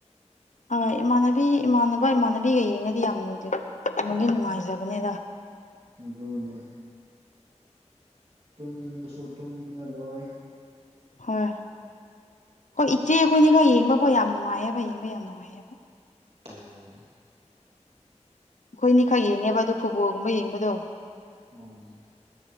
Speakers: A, on the left; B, on the right.
A: ꯍꯣꯏ ꯏꯃꯥꯟꯅꯕꯤ ꯏꯃꯥꯟꯅꯕ ꯏꯃꯥꯟꯅꯕꯤꯒ ꯌꯦꯡꯉꯗꯤ ꯌꯥꯝ ꯅꯨꯡꯗꯤ ꯅꯨꯡꯗꯤ ꯅꯨꯡꯉꯥꯏꯖꯕꯅꯦꯗ
B: ꯑꯗꯨꯅꯦ ꯇꯨꯝꯅꯤꯡꯕꯁꯨ ꯇꯨꯝꯅꯤꯡꯉꯔꯣꯏ
A: ꯍꯣꯏ ꯍꯣꯏ ꯏꯆꯦ ꯑꯩꯈꯣꯏꯅꯤꯒ ꯌꯦꯡꯕꯐꯥꯎ ꯌꯥꯝ ꯅꯨꯡꯉꯥꯏꯌꯦꯕ ꯌꯦꯡꯕ ꯌꯥꯝ ꯅꯨꯡꯉꯥꯏꯌꯦꯕ
B: ꯑꯣ
A: ꯑꯩꯈꯣꯏꯅꯤꯈꯛ ꯌꯦꯡꯉꯦꯕ ꯑꯗꯨꯣ ꯐꯨꯠꯕꯣꯜꯒꯨꯝꯕ ꯌꯦꯡꯕꯗꯣ
B: ꯑꯣ <unintelligible> <inaudible>